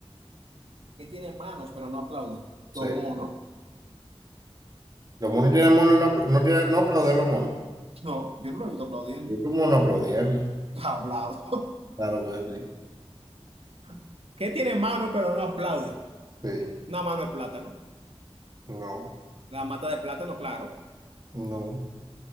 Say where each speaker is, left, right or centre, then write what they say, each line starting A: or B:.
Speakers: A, on the right; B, on the right.
A: Que tiene manos, pero no aplaude.
B: Sí.
A: Dos monos.
B: Los monos tienen manos y no, apl- no, tienen, no aplauden los monos.
A: No, yo no lo he visto aplaudiendo.
B: ¿Cómo no aplaudirlo?
A: Está Hablado.
B: Claro que sí.
A: <laughs> ¿Qué tiene mano, pero no aplaude?
B: Sí.
A: Una mano de plátano.
B: No,
A: La mata de plátano, claro.
B: no.